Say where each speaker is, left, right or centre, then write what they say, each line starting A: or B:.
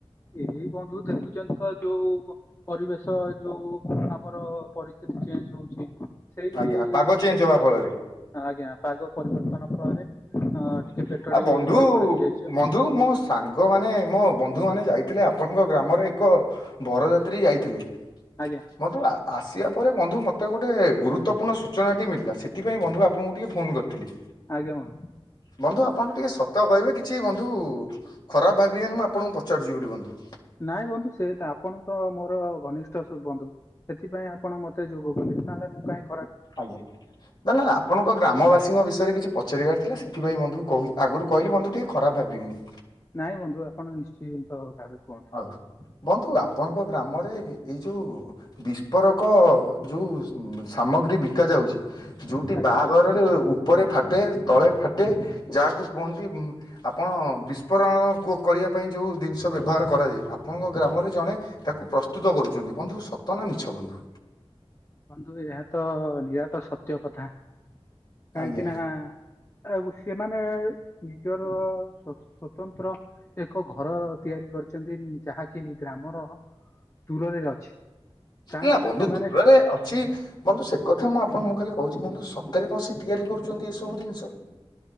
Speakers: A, on the left; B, on the left.
A: ଏଇ ବନ୍ଧୁ ଦେଖୁଛନ୍ତିଛନ୍ତି ତ ଯୋଉ ପରିବେଶ ଯୋଉ ଆମର ପରିସ୍ଥିତି। ଚେଞ୍ ହଉଛି ସେଇ
B: ଆଜ୍ଞା ପାଗ ଚେଞ୍ଜ
A: ସେଥିପାଇଁ
B: ହବା ଫଳରେ
A: ଆଜ୍ଞା ପାଗ ପରିବର୍ତ୍ତନ ଫଳରେ ଅ
B: ଓହ
A: ଟିକେ ପେଟ ଟିକେ
B: ବନ୍ଧୁ
A: ଗଡବଡ ହେଇଯାଇଛି ଆଉ
B: ବନ୍ଧୁ ମୋ ସାଙ୍ଗ ମାନେ ମୋ ବନ୍ଧୁମାନେ ଯାଇଥିଲେ ଆପଣଙ୍କ ଗ୍ରାମରେ ଏକ ବରଯାତ୍ରୀ ଯାଇଥିଲେ
A: ଆଜ୍ଞା
B: ବନ୍ଧୁ ଆସିବା ପରେ ବନ୍ଧୁ ମୋତେ ଗୋଟିଏ ଗୁରୁତ୍ୱପୂର୍ଣ୍ଣ ସୂଚନାଟି ମିଳା ସେଥିପାଇଁ ବନ୍ଧୁ ଆପଣଙ୍କୁ ଟିକିଏ ଫୋନ୍ କରିଥିଲି।
A: ଆଜ୍ଞା ବନ୍ଧୁ।
B: ବନ୍ଧୁ ଆପଣ ଟିକେ ସତ କହିବେ କିଛି ବନ୍ଧୁ ଖରାପ ଭାବିବେନି ମୁଁ ଆପଣଙ୍କୁ ପଚାରୁଛିିବ ବୋଲି ବନ୍ଧୁ।
A: ନାଇଁ ବନ୍ଧୁ ସେ ଆପଣ ତ ମୋର ଘନିଷ୍ଠ ବନ୍ଧୁ ସେଥିପାଇଁ ଆପଣ ମତେ ଯୋଗ କଲେ। ତାଙ୍କେ ମୁଁ କାଇ
B: ଆଜ୍ଞା ନା ନା ଆପଣଙ୍କ ଗ୍ରାମବାସୀଙ୍କ ବିଷୟରେ କିଛି ପଚାରିବାର ଥିଲା ସେଥିପାଇଁ ବନ୍ଧୁକୁ କ ଆଗରୁ କହିଲି ବନ୍ଧୁ ଟିକଏ ଖରାପ ଭାବିବେନି।
A: ନାଇଁ ବନ୍ଧୁ ଆପଣ ନିଶ୍ଚିନ୍ତ ଭାବରେ କୁହନ୍ତୁ।
B: ହଉ ବନ୍ଧୁ ଆପଣଙ୍କ ଗ୍ରାମରେ ଏଇ ଯେଉଁ ବିସ୍ଫୋରକ ଯେଉଁ ସାମଗ୍ରୀ ବିକାଯାଉଛି ଯୋଉଠି
A: ଆଜ୍ଞା।
B: ବାହାଘରରେ ଉପରେ ଫାଟେ ତଳେଫା ଗୋଟେ ଯାହାକୁ କୁହନ୍ତି ଆପଣ ବିସ୍ଫୋରଣ କରିବା ପାଇଁ ଯେଉଁ ଜିନିଷ ବ୍ୟବହାର କରୁ ଆପଣଙ୍କ ଗ୍ରାମରେ ଜଣେ ତାକୁ ପ୍ରସ୍ତୁତ କରୁଛନ୍ତି ବନ୍ଧୁ ସତନା ମିଛ ବନ୍ଧୁ?
A: ବନ୍ଧୁ ଏହାତ ନିରାଟ ସତ୍ୟ କଥା କାହିଁକିନା।
B: ଆଜ୍ଞା
A: ଆଉ ସେମାନେ ନିଜର ସ୍ୱତନ୍ତ୍ର ଏକ ଘର ତିଆରି କରି କରିଛନ୍ତି ଯାହାକି ଗ୍ରାମର ଦୂରରେ ଅଛି। କାହିଁକି
B: ନାବନ୍ଧୁ
A: ନା ସେମାନେ
B: ଦୂରରେ ଅଚି ବନ୍ଧୁ ସେ କଥା ମୁଁ ଆପଣଙ୍କୁଁ ଖାଲି କହୁଛି ବନ୍ଧୁ ସତରେ କଣ ସେ ତିଆରି କରୁଛନ୍ତି ଏସବୁ ଜିନିଷ?